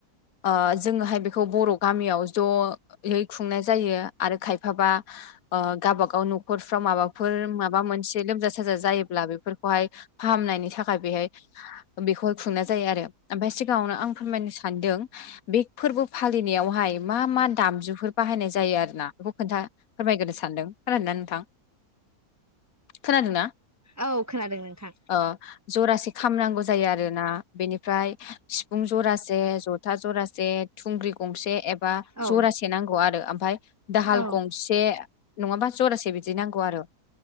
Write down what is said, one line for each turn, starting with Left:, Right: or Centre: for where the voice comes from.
Left: ओ जोङोहाय बेखौ बर' गामियाव ज' ओ <unintelligible> जयै खुंनाय जायो आरो खायफाबा ओ गाबा गाव न' खरफ्राव माबाफोर माबा मोनसे लोमजा साजा जायोब्ला बेफोरखौहाय नायनि थाखाय बेहाय बेखौहाय खुंनाय जायो आरो ओमफाय सिगांङावनो आं फोरमायनो सानदों बे फोरबो फालिनायावहाय मा मा दामजुफोर बाहायनाय जायो आरो ना बेखौ खोन्था फोरमायग्रोनो सानदों खोनादोंना नोंथां <inaudible> खोनादोंना
Right: औ खोनादों नोंथां
Left: ओ जरासे खाम नांगौ जायो आरोना बेनिफ्राय सिफुं जरासे जथा जरासे थुंग्रि गंसे
Right: औ
Left: जरासे नांगौ आरो ओमफ्राय दाहाल
Right: औ
Left: गंसे नङाबा जरासे बिदि नांगौ आरो